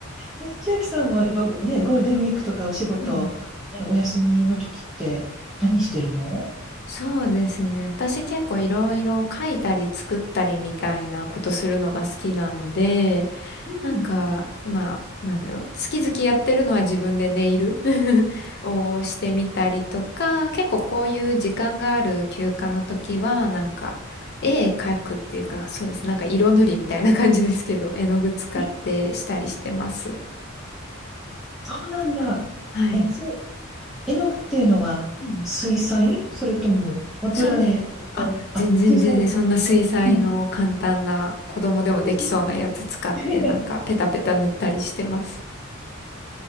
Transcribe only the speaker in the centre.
え、千秋さんは今ご、ね、ゴールデンウィークとかお仕事、
え、お休みの時って何してるの
うん
えそうなんだ。
え、そう、絵の具っていうのは水彩それとも油絵とか、
あ、
水彩。うん。うんうんいやいやいや